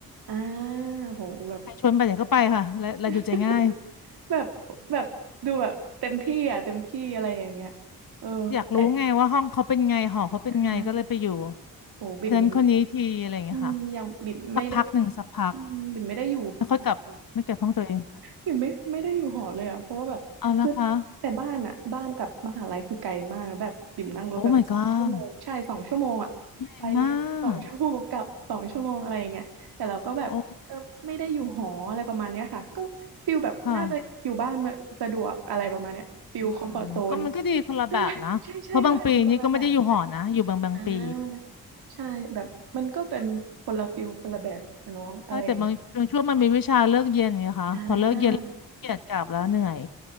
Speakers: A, on the right; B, on the left.
A: อ่าโหแบบ
B: ใครชวนไปไหนก็ไปค่ะและและอยู่ใจง่าย
A: <laughs> แบบแบบดูแบบเต็มที่อ่ะเต็มที่อะไรอย่างเงี้ยเออแต่
B: อยากรู้ไงว่าห้องเขาเป็นไงหอเขาเป็นไงก็เลยไปอยู่
A: อ่าโหบิ่ม
B: เพื่อนคนนี้ทีอะไรอย่างเงี้ยค่ะ
A: อืมยังบิ่มไม่ได้
B: สักพักหนึ่งสักพัก
A: อืมบิ่มไม่ได้อยู่หอเลย
B: แล้วค่อยกลับไม่เก็บห้องตัวเอง
A: อยู่ไม่ไม่ได้อยู่หอเลยอ่ะเพราะว่าแบบคือ
B: เอาละคะ
A: แต่บ้านอ่ะบ้านกับมหาลัยคือไกลมากนะแบบบิ่มนั่งรถแบบสองชั่วโมงใช่สองชั่วโมงอ่ะไปเรียนสองชั่วโมงกลับสองชั่วโมงอะไรอย่างเงี้ยแต่เราก็แบบเออไม่ได้อยู่หออะไรประมาณเนี้ยค่ะก็ฟิลแบบน่าจะอยู่บ้านมนสะดวกอะไรประมาณเนี้ยฟิลคอมฟอร์
B: โอ้ my god ใหญ่มากโอ้ค่ะอืมก็มันก็ดีคนละแบบนะเพราะบางปีนี่ก็ไม่ได้อยู่หอนะอยู่บางบางปี
A: z โซนใช่ใช่ใช่ค่ะดีคนละแบบอ่าใช่แบบมันก็เป็นคนละฟิลคนละแบบอะเนองอะไรอย่างเงี้ย
B: เออแต่บางบางช่วงมันมีวิชาเลิกเย็นไงคะพอเลิกเย็นเกียดกลับแล้วเหนื่อย
A: อ่า